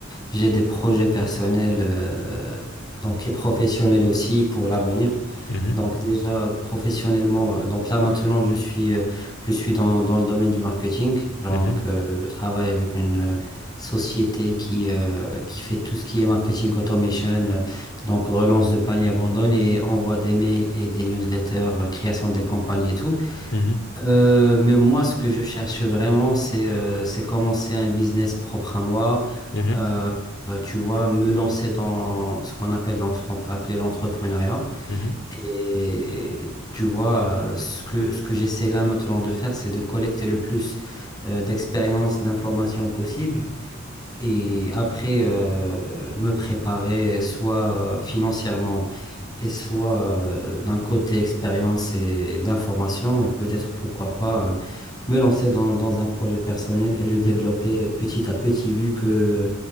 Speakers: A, on the left; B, on the left.
A: j'ai des projets personnels euh, donc et professionnels aussi pour l'avenir.
B: Mhm,
A: Donc déjà professionnellement, euh, donc là maintenant je suis euh, je suis dans dans le domaine du marketing. Donc
B: mhm,
A: euh, je travaille avec une euh, société qui euh, qui fait tout ce qui est marketing automation, euh, donc relance de panier abandonné, envoi des mails et des newsletters, euh, création des campagnes et tout.
B: mhm,
A: Euh, mais moi, ce que je cherche vraiment, c'est euh, c'est commencer un business propre à moi.
B: mhm,
A: Euh, euh, tu vois, me lancer dans ce qu'on appelle, donc, ce qu'on peut appeler l'entrepreneuriat.
B: mhm,
A: Et tu vois, euh, ce que, ce que j'essaie là maintenant de faire, c'est de collecter le plus euh, d'expériences, d'informations possibles. Et après, euh, me préparer soit financièrement et soit euh, d'un côté expérience et d'information, et peut-être pourquoi pas me lancer dans, dans un projet personnel et le développer
B: mhm.
A: petit à petit, vu que,